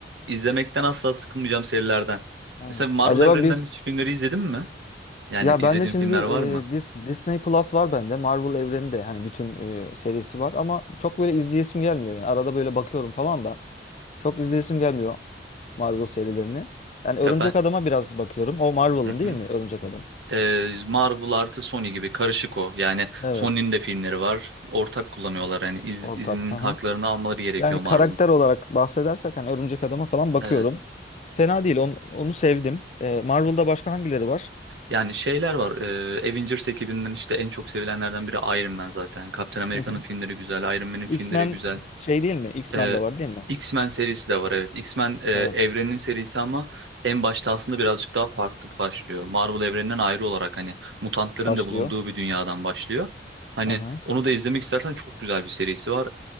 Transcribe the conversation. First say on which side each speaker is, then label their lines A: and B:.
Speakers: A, on the right (about 75°); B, on the left (about 35°).
A: izlemekten asla sıkılmayacağım serilerden.
B: Aynen.
A: Mesela Marvel
B: Acaba
A: evreninden
B: biz
A: hiç filmleri izledin mi? Yani
B: ya
A: izlediğin
B: ben de şimdi
A: filmler
B: e,
A: var mı?
B: Dis- Disney Plus var bende. Marvel evreni de hani bütün e, serisi var ama çok böyle izleyesim gelmiyor yani. Arada böyle bakıyorum falan da çok izleyesim gelmiyor Marvel serilerini. Yani Örümcek
A: Ya ben...
B: Adam'a biraz bakıyorum. O Marvel'ın
A: <laughs>
B: değil mi Örümcek Adam?
A: e, Marvel artı Sony gibi karışık o. Yani
B: Evet.
A: Sony'nin de filmleri var. Ortak kullanıyorlar. Yani iz,
B: Ortak.
A: izin
B: Hı hı.
A: haklarını almaları gerekiyor
B: Yani
A: Marvel'ın.
B: karakter olarak bahsedersek hani Örümcek Adam'a falan bakıyorum.
A: Evet.
B: Fena değil. Onu, onu sevdim. E, Marvel'da başka hangileri var?
A: Yani şeyler var. E, Avengers ekibinden işte en çok sevilenlerden biri Iron Man zaten. Captain America'nın
B: Hı hı.
A: filmleri güzel. Iron Man'in filmleri
B: X-Men
A: güzel.
B: şey değil mi? X-Men
A: Ee,
B: de var değil mi?
A: X-Men serisi de var evet. X-Men e, evrenin
B: Evet.
A: serisi ama en başta aslında birazcık daha farklı başlıyor. Marvel evreninden ayrı olarak hani mutantların
B: Başlıyor.
A: da bulunduğu bir dünyadan başlıyor. Hani
B: Hı hı.
A: onu da izlemek istersen çok güzel bir serisi var.